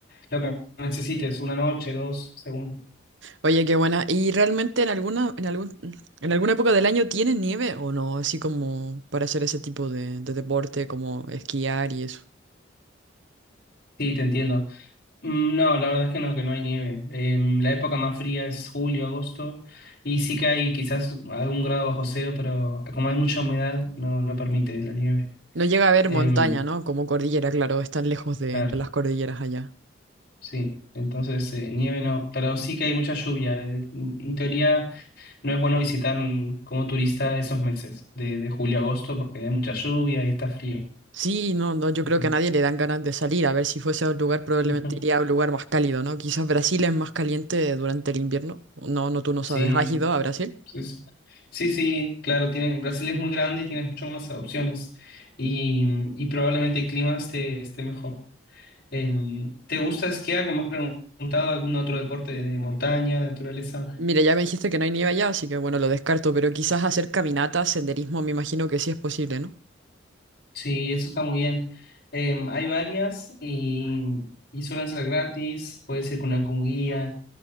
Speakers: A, on the left (about 50°); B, on the right (about 75°).
A: Lo que necesites, una noche, dos, según.
B: Oye, qué buena. ¿Y realmente en alguna, en algún, en alguna época del año tiene nieve o no? Así como para hacer ese tipo de, de deporte, como esquiar y eso.
A: Sí, te entiendo. Mm, No, la verdad es que no, que no hay nieve. Em, la época más fría es julio, agosto, y sí que hay quizás algún grado bajo cero, pero como hay mucha humedad, no, no permite la nieve.
B: No llega a haber
A: Em,
B: montaña, ¿no? Como cordillera, claro, están lejos de,
A: claro,
B: de las cordilleras allá.
A: sí. Entonces, eh, nieve no, pero sí que hay mucha lluvia. Eh, En teoría, no es bueno visitar mm, como turista esos meses de, de julio a agosto porque hay mucha lluvia y está frío.
B: Sí, no, no, yo
A: Ujú.
B: creo que a nadie le dan ganas de salir. A ver, si fuese a un lugar, probablemente
A: Ujú.
B: iría a un lugar más cálido, ¿no? Quizás Brasil es más caliente durante el invierno. No, no, tú no
A: Sí.
B: sabes. ¿Has ido a Brasil?
A: Sí, sí, Sí, sí, claro, tiene, Brasil es muy grande y tiene muchas más opciones y, y probablemente el clima esté, esté mejor. Eh, ¿te gusta esquiar? ¿No Me has preguntado algún otro deporte de montaña, naturaleza.
B: Mira, ya me dijiste que no hay nieve allá, así que bueno, lo descarto, pero quizás hacer caminatas, senderismo, me imagino que sí es posible, ¿no?
A: Sí, eso está muy bien. Eh, hay varias y, y suelen ser gratis, puedes ir con algún guía.